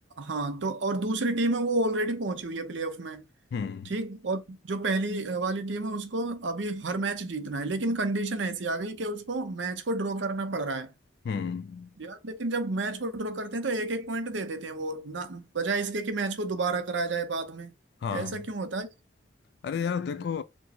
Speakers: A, on the right (about 75°); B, on the left (about 60°).
A: हाँ तो और दूसरी टीम है वो ऑलरेडी पहुंची हुई है प्लेऑफ में
B: हम्म
A: ठीक और जो पहली वाली टीम है उसको अभी हर मैच जीतना है लेकिन कंडीशन ऐसी आ गई कि उसको मैच को ड्रॉ करना पड़ रहा है
B: हम्म
A: यार लेकिन जब मैच को ड्रॉ करते हैं तो एक एक पॉइंट दे देते हैं वो ना बजाय इसके कि मैच को दोबारा कराया जाए बाद में
B: हाँ
A: ऐसा क्यों होता है
B: अरे यार देखो